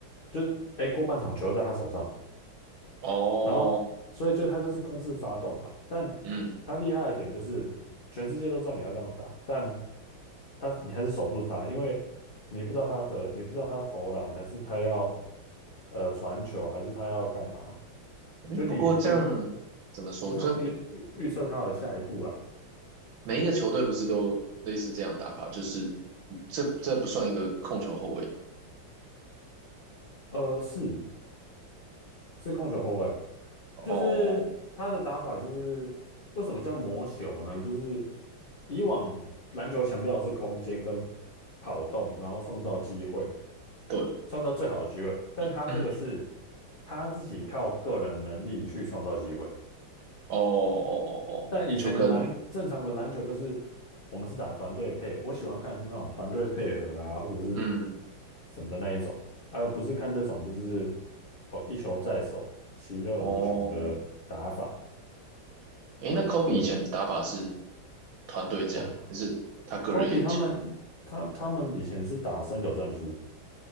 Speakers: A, on the left; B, on the right.
A: 就诶过半场球在他手上，
B: 哦，
A: 然后所以就他就是公式发动嘛，但
B: 嗯。
A: 他厉害的点就是全世界都知道你要这样打，但他你还是守不住他，因为你不知道它得，你不知道它投篮还是他要呃传球还是他要干嘛，
B: 诶不过这样怎么说？
A: 就你不不是想预预预测他的下一步啦。
B: 就每一个球队不是都类似这样打法？就是这这不算一个控球后卫嘛？
A: 呃，是，是控球后卫，
B: 哦，
A: 就是他的打法就是为什么叫魔球呢？就是以往篮球强调的是空间跟跑动，然后创造机会，
B: 对。
A: 创造最好的机会，但他这个是
B: <clears throat> 嗯。
A: 他自己靠个人能力去创造机会。
B: 哦哦哦哦，
A: 但以前的篮正常的篮球就是
B: 就跟
A: 我们是打团队配，我喜欢看的是那种团队配合啊，或者是
B: 嗯
A: 什么的那一种，而不是看这种就是哦一球在手，其乐无穷的打法。
B: 哦，诶，那 Kobe
A: 呃，
B: 以前打法是团队这样吗？
A: 哦
B: 还是他个人也很强？
A: ，Kobe 他们他他们以前是打三角战术，